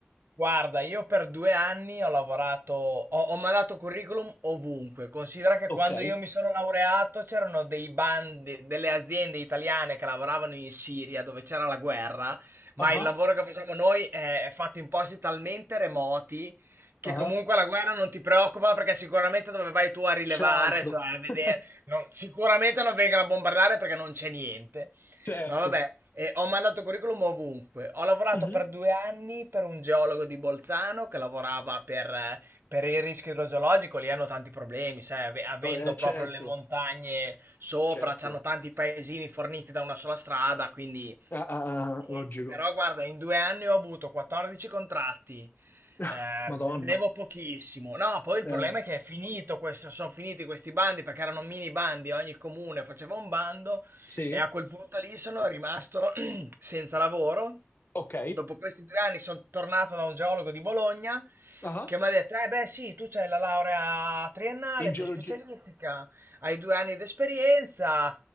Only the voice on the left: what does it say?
Ok.
Ah,
ah.
C'è altro.
<laughs>
Certo.
Mhm.
Eh,
certo,
certo.
Ah, ah,
ah, logico.
<laughs>
Madonna.
Eh,
sì,
ok.
Ah,
In geologia.